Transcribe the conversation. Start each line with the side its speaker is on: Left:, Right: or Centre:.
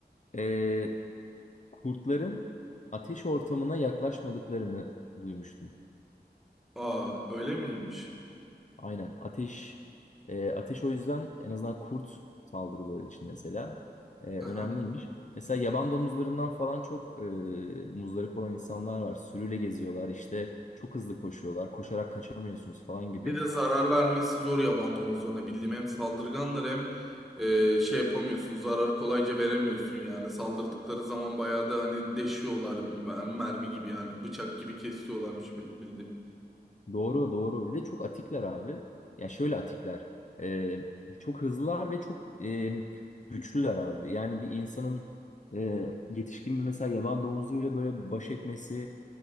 Left: Ee, kurtların ateş ortamına yaklaşmadıklarını duymuştum.
Centre: Aa öyle miymiş?
Left: Aynen. Ateş e, ateş o yüzden en azından kurt saldırıları için mesela e, önemliymiş.
Centre: Aha.
Left: Mesela yaban domuzlarından falan çok e, muzdarip olan insanlar var. Sürüyle geziyorlar işte çok hızlı koşuyorlar. Koşarak kaçamıyorsunuz falan gibi.
Centre: Bir de zarar vermesi zor yaban domuzlarına. Bildiğim hem saldırganlar hem e, şey yapamıyorsun. Zarar kolayca veremiyorsun yani. Saldırdıkları zaman bayağı da hani deşiyorlar. mer- Mermi gibi yani. Bıçak gibi kesiyorlarmış benim bildiğim.
Left: Doğru doğru. Bir de çok atikler abi. Ya şöyle atikler. E, çok hızlılar ve çok e, güçlüler abi. Yani bir insanın e, yetişkin bir mesela yaban domuzuyla böyle baş etmesi